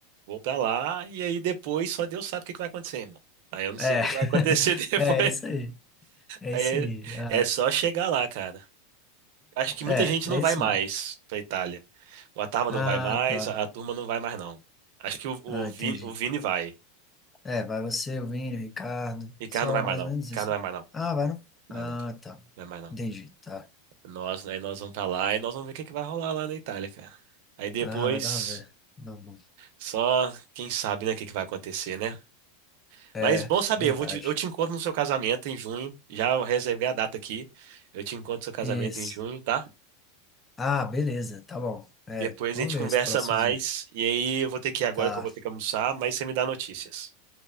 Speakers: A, on the right; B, on the left.
A: vou pra lá. E aí, depois, só Deus sabe o que que vai acontecer, irmão. Aí eu não
B: É,
A: sei o que que vai acontecer
B: <laughs>
A: <laughs> depois.
B: é isso aí. É
A: Aí
B: isso aí. Ah,
A: é é só chegar lá, cara. Acho que muita
B: é,
A: gente
B: é
A: não vai
B: isso
A: mais
B: mesmo.
A: pra Itália. O Atarva
B: Ah,
A: não vai mais,
B: tá.
A: a a turma não vai mais, não. Acho que o, o
B: Ah,
A: Vini,
B: entendi.
A: o Vini vai.
B: É, vai você, o Vini, o Ricardo.
A: Ricardo
B: Só
A: não vai mais,
B: mais
A: não.
B: ou menos
A: Ricardo
B: isso.
A: não vai mais, não.
B: Ah, vai não? Ah,
A: Vai não.
B: tá.
A: Vai mais, não.
B: Entendi, tá.
A: Nós, aí nós vamos pra lá e nós vamos ver o que que vai rolar lá na Itália, cara. Aí depois,
B: Ah, vai dar uma ver. Não, bom.
A: só quem sabe, né, o que que vai acontecer, né?
B: É,
A: Mas bom
B: é
A: saber,
B: verdade.
A: eu vou te, eu te encontro no seu casamento em junho. Já reservei a data aqui. Eu te encontro no seu casamento
B: Isso.
A: em junho, tá?
B: Ah, beleza, tá bom. É,
A: Depois
B: vamos
A: a gente
B: ver
A: conversa
B: os próximos.
A: mais.
B: me-
A: E aí eu vou ter que ir agora
B: Tá.
A: que eu vou ter que almoçar, mas você me dá notícias.